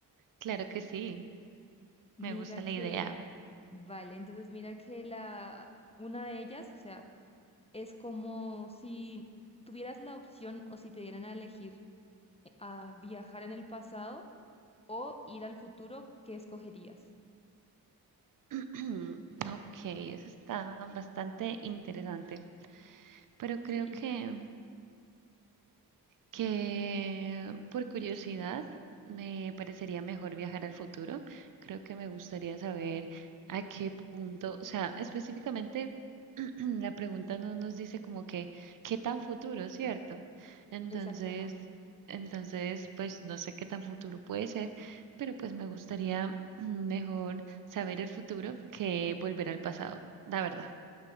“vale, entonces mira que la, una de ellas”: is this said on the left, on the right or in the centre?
Left